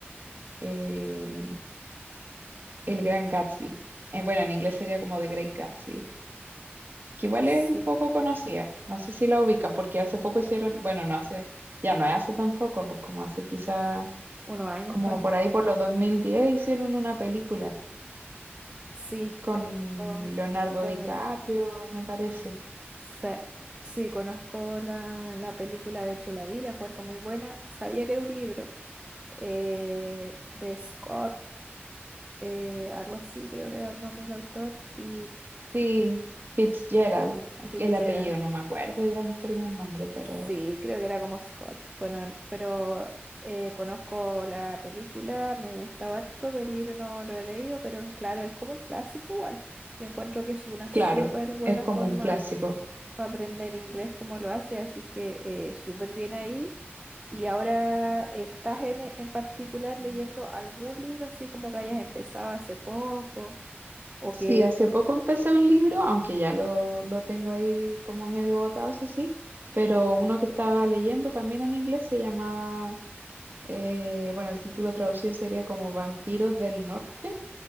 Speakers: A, on the right; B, on the right.
A: eh, El Gran Gatsby. Eh, bueno, en inglés sería como The Great Gatsby, que igual
B: Sí.
A: es un poco conocida. No sé si la ubicas, porque hace poco hicieron, bueno, no hace, ya no es hace tampoco, pues como hace quizá,
B: Unos años
A: como
B: fue.
A: por ahí por los 2010 hicieron una película
B: Sí,
A: con
B: conozco.
A: Leonardo
B: Leonardo.
A: DiCaprio, me parece.
B: Sí. Sí, conozco la, la película, de hecho la vi, la encuentro muy buena. Sabía que era un libro eh, de Scott. eh, algo así, creo que era el nombre del autor, Fitz-
A: Sí, Fitzgerald,
B: Fitzgerald.
A: el apellido, no me acuerdo ya el primer nombre, pero
B: Sí, creo que era como Scott. Bueno, pero eh, conozco la película, me gusta harto, el libro no lo he leído, pero claro, es como un clásico igual. Y encuentro que es una
A: claro,
B: súper buena
A: es como
B: forma
A: un clásico.
B: para aprender inglés como lo hace, así que eh, súper bien ahí. Y ahora, ¿estás en, en particular leyendo algún libro así como que hayas empezado hace poco o
A: Sí,
B: que...
A: hace poco empecé un libro, aunque ya lo, lo tengo ahí como medio botado, eso sí, pero uno que estaba leyendo también en inglés se llamaba, eh, bueno, el título traducido sería como Vampiros del Norte,